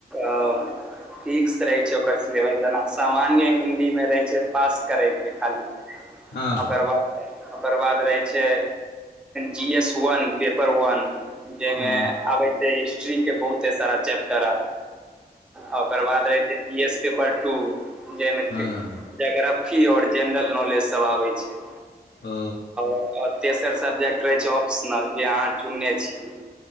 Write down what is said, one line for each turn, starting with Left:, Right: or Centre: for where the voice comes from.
Centre: आ फिक्स रहै छै ओकर सिलेबस जेना सामान्य हिन्दी मे रहै छै पास करैके खाली।
Left: हँ
Centre: ओकर बाद ओकर बाद रहै
Left: <inaudible>
Centre: छै जी एस वन पेपर वन जाहिमे
Left: <inaudible> ह
Centre: आबै छै हिस्ट्रीके बहुते सारा चैप्टर आ ओकर बाद रहै छै पी एस पेपर टू जहिमे
Left: हँ
Centre: कि जोग्राफी आओर जेनरल नॉलेजसभ आबै छै।
Left: ओ
Centre: आओर तेसर सब्जेक्ट रहै छै ऑप्शनल जे अहाँ चुनने छियै